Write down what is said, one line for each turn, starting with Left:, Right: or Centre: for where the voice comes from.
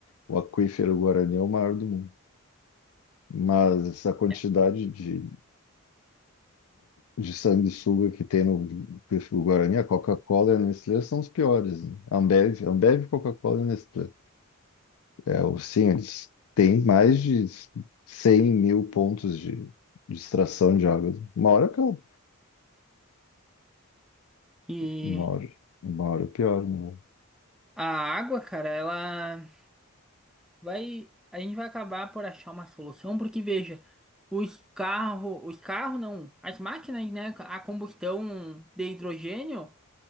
Left: O aquífero Guarani é o maior do mundo. Mas essa quantidade
Centre: É.
Left: de, de sanguessuga que tem no aquífero Guarani, a Coca-Cola e a Nestlé são os piores, né? Ambev, Ambev, Coca-Cola e Nestlé. É, o- sim, eles têm mais de 100 mil pontos de, de extração de água. Uma hora acaba.
Centre: E
Left: Uma hora, uma hora pior, né?
Centre: a água, cara, ela vai, a gente vai acabar por achar uma solução, porque veja, os carros, os carros não, as máquinas, né, a combustão de hidrogênio,